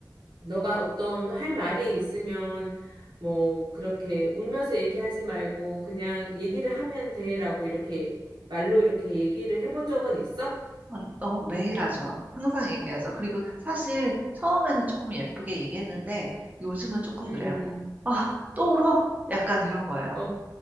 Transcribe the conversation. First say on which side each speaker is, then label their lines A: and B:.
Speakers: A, on the right (about 80°); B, on the right (about 20°).
A: 너가 어떤 할 말이 있으면 뭐 그렇게 울면서 얘기하지 말고 그냥 얘기를 하면 돼라고 이렇게 말로 이렇게 얘기를 해본 적은 있어?
B: 언- 어, 매일 하죠. 항상 얘기하죠. 그리고 사실 처음에는 조금 예쁘게 얘기했는데 요즘은 조금
A: 음,
B: 그래요. 아, 또 울어? 약간 이런 거예요.
A: 어,